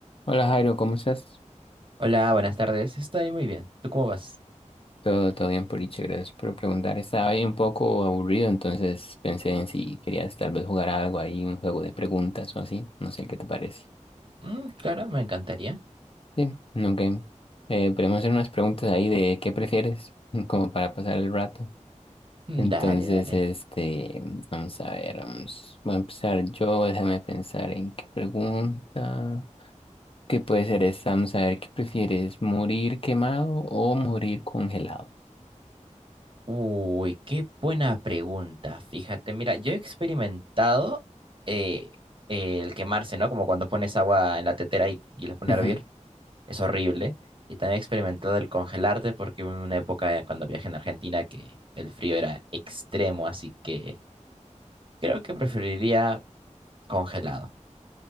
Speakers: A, on the left; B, on the right.
A: Hola Jairo, ¿cómo estás?
B: Hola, buenas tardes. Estoy muy bien. ¿Tú cómo vas?
A: Todo, todo bien, Poliche, gracias por preguntar. Estaba ahí un poco aburrido, entonces pensé en si querías tal vez jugar algo ahí, un juego de preguntas o así. No sé qué te parece.
B: Mm, claro, me encantaría.
A: Sí, no game. Eh, podemos hacer unas preguntas ahí de qué prefieres, <laughs> como para pasar el rato.
B: Mm,
A: Entonces,
B: Dale, dale.
A: este, vamos a ver, vamos, voy a empezar yo, déjame pensar en qué pregunta. ¿Qué puede ser esta? Vamos a ver, ¿qué prefieres? ¿Morir quemado o morir congelado?
B: Uy, qué buena pregunta. Fíjate, mira, yo he experimentado eh, eh, el quemarse, ¿no? Como cuando pones agua en la tetera y, y la pones
A: <laughs>
B: a hervir. Es horrible. Y también he experimentado el congelarte porque hubo una época eh, cuando viajé en Argentina que el frío era extremo, así que creo que preferiría congelado.